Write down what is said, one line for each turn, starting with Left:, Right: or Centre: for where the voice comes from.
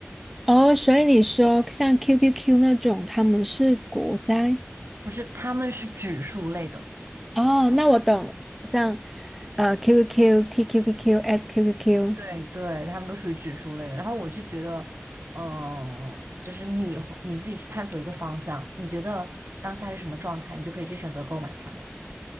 Centre: 哦，所以你说像 QQQ 那种，他们是国债？
Right: 不是，他们是指数类的。
Centre: 哦，那我懂了，像呃 QQQ、TQQQ、SQQQ。
Right: 对对，他们都属于指数类的。然后我就觉得，嗯、就是你会你自己去探索一个方向，你觉得当下是什么状态，你就可以去选择购买它们。